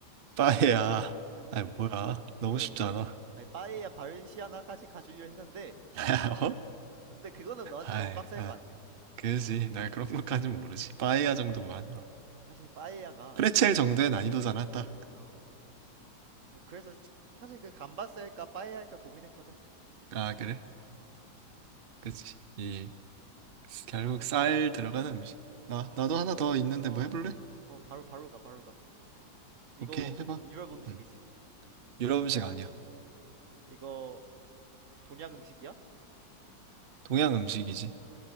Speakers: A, on the right; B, on the right.
A: 빠이야.
B: 어.
A: 아이, 뭐야. 너무
B: 원래
A: 쉽지 않아.
B: 아니 빠에야 바렌시아나까지 가주려 했는데
A: <laughs> 어?
B: 근데 그거는 너한테
A: 아이,
B: 너무 빡셀
A: 아,
B: 거 아니야.
A: 그지.
B: 어.
A: 나 그런
B: 어.
A: 것까진 모르지. 빠이야 정도만. 어.
B: 사실 빠에야가
A: 프레첼 정도의 난이도잖아, 딱.
B: 어 뭐 그래서 사실 그 감바스 할까 빠에야 할까 고민했거든.
A: 아, 그래?
B: 어.
A: 그지. 이, 결국
B: 아 그럼
A: 쌀
B: 너
A: 들어가는 음식. 나,
B: 그럼
A: 나도 하나 더 있는데
B: 어.
A: 뭐 해볼래?
B: 어 바로 바로 가 바로 가. 이거
A: 오케이, 해봐.
B: 유럽 음식이지.
A: 응. 유럽 음식 아니야.
B: 이거 동양 음식이야?
A: 동양 음식이지.